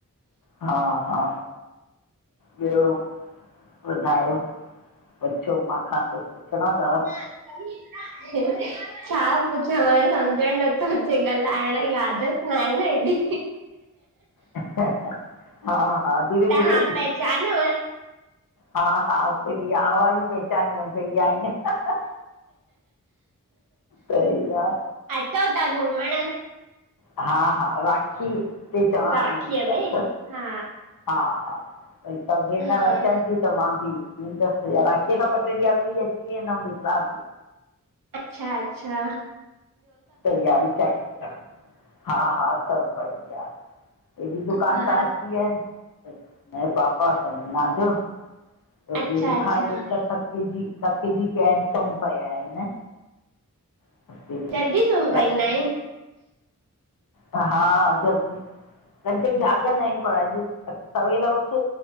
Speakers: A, on the left; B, on the right.
A: हा-हा, ॿियो? ॿुधायो, पुछो मां खां कुछु पुछिणो अथव?
B: <inaudible> छा पुछांव? सम्झणु नथो अचे, ॻाल्हाइण जी आदत न आहे न हेॾी।
A: हा हा धीरे
B: तव्हां
A: धीरे
B: पहचानो?
A: हा-हा, प्रिया आवाज ई पहचाने वियम प्रिया आहे न। सही आहे
B: अचो ता घुमण?
A: हा-हा, राखी ते चवां
B: राखीअ
A: थी ईंदसि।
B: में हा
A: हा-हा, भई सभु भेनर
B: हा
A: अचनि। त मां बि ईंदसि राखीअ खां ॿ टे ॾींहं अॻु ई अची वेंदमि ॾिसां थी।
B: अच्छा-अच्छा।
A: तैयारी कया। हा-हा सभु बढ़िया। हे बि दुकान
B: हा
A: सां अची वया आहिनि। हे पापा संजना जो। रोटी
B: अच्छा
A: वोटी
B: अच्छा
A: खाई हे त थकजी-थकजी पिया आहिनि सुम्ह पिया आहिनि। <inaudible>
B: जल्दी सुम
A: त
B: पईंदा आहिनि?
A: हा, जल्दी राति ताईं जाॻंदा आहियूं पर अॼु सवेल उथ